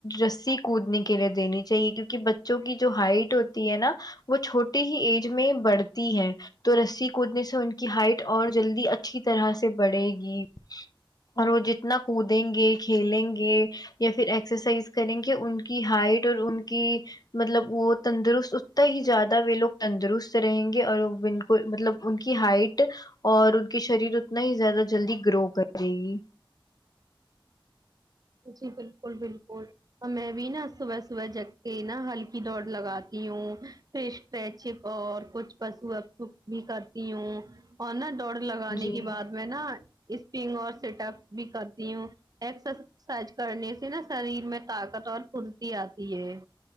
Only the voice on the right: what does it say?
جی بالکل بالکل تو میں بھی نا صبح صبح جگتے نا ہلکی دوڑ لگاتی ہوں فشچپ اور کچھ پش اپ بھی کرتی ہوں اور نا دوڑ لگانے
کی بعد میں نا اسپنگ اور سیٹ اپ بھی کرتی ہوں ایکسر سائز کرنے سے نا شریر میں طاقت اور پھرتی آتی ہے